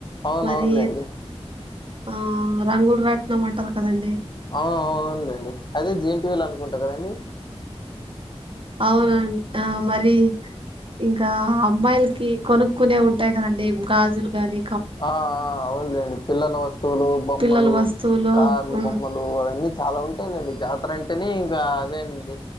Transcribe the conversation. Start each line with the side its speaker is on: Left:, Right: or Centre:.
Left: అవునవునులేండి
Right: మరి ఆ రంగులు రాట్నమంటారు కదండి
Left: అవు అవువునులేండి అదే జేంటి వీలు అనుకుంటా కదండి
Right: అవున ఆ మరి ఇంకా అమ్మాయిలకి కొనుక్కునే ఉంటాయి కదండి గాజులు గానీ
Left: ఆ అవులేండి పిల్లలు వస్త స్తువులు బొమ్మలు
Right: పిల్లల వస్తువులు
Left: కార్లు
Right: ఉమ్
Left: బొమ్మలు అవన్నీ చాలా ఉంటాయి అండి జాతర అంటే అంటనే ఇంకావేనండి